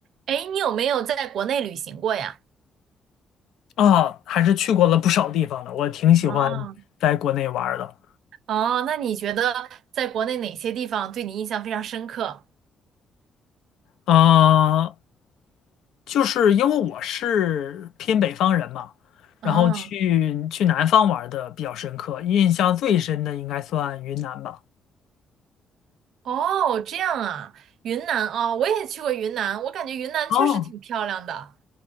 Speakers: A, on the right; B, on the left.
A: 哎，你有没有在国内旅行过呀？
B: 啊，还是去过了不少地方的，我挺喜欢在国内玩儿的。
A: 啊，哦，那你觉得在国内哪些地方对你印象非常深刻？
B: 啊，就是因为我是偏北方人嘛，然后去去南方玩儿的比较深刻，
A: 嗯，
B: 印象最深的应该算云南吧。
A: 哦，这样啊，云南哦，我也去过云南，我感觉云南确实挺漂亮的，
B: 哦，